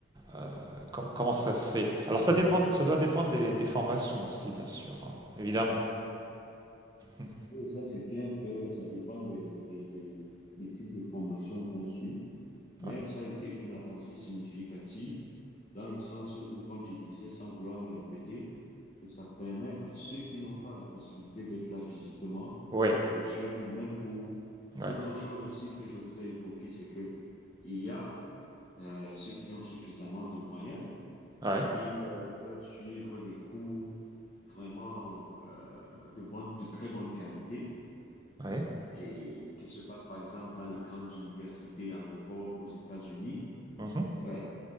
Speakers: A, on the right; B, on the left.
A: euh, com- comment ça se fait. Alors ça dépend, ça doit dépendre des, des formations aussi, bien sûr, hein, évidemment. Mm.
B: Oui, ça, c'est clair que ça dépend des, des, des, des types de formations qu'on suit. Mais
A: Ouais.
B: ça a été une avancée significative dans le sens où, comme je disais, sans vouloir me répéter, que ça permet à ceux qui n'ont pas la possibilité d'être là physiquement
A: Oui,
B: de suivre le même cours.
A: oui,
B: L'autre chose aussi que je voudrais évoquer, c'est que il y a euh, ceux qui ont suffisamment de moyens,
A: oui,
B: ils euh, veulent suivre des cours vraiment euh, de bonne, de très bonne qualité
A: oui.
B: et qui se passent par exemple dans les grandes universités en Europe, aux États-Unis.
A: Mhm,
B: Ben,